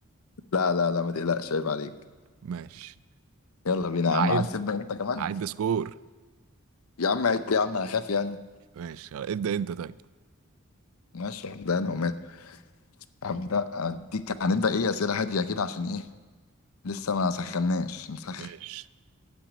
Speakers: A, on the left (about 75°); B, on the right (about 70°).
A: لا لا لا ما تقلقش عيب عليك
B: ماشي
A: يلا بينا يا
B: عد
A: عم عايز تبدأ انت كمان
B: عد سكور
A: يا عم يا عم هخاف يعني
B: ماشي ابدا انت طيب
A: ماشي هبدأ انا ومال هبدأ اديك هنبدأ ايه أسئلة هادية كده عشان ايه لسه ما سخناش نسخن
B: ماشي